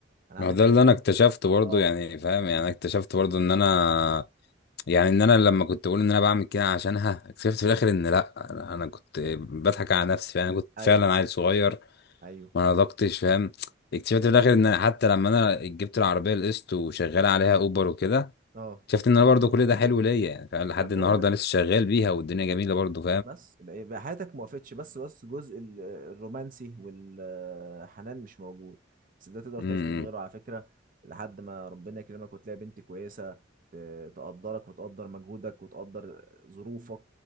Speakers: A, on the right; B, on the left.
A: انا
B: ما
A: عايزك
B: هو ده
A: تعمل
B: اللي انا اكتشفته برضه
A: اه
B: يعني فاهم يعني انا اكتشفت برضه ان انا يعني ان انا لما كنت بقول ان انا بعمل كده عشانها اكتشفت في الاخر ان لا انا أنا كنت بضحك على نفسي يعني كنت
A: ايوه
B: فعلا عيل صغير
A: ايوه
B: ما نضجتش فاهم اكتشفت في الاخر ان حتى لما انا جبت العربيه القسط وشغال عليها اوبر وكده
A: اه
B: اكتشفت ان انا برضه كل ده حلو ليا يعني فعلا لحد
A: ما انا بقول
B: النهارده
A: لك
B: أنا لسه شغال بيها والدنيا جميله برضه
A: بس يبقى يبقى حياتك ما وقفتش بس بس جزء ال- الرومانسي والحنان مش موجود بس ده تقدر
B: فاهم
A: تعيش من غيره على فكرة لحد ما ربنا يكرمك وتلاقي بنت كويسة ت- تقدرك وتقدر مجهودك وتقدر ظروفك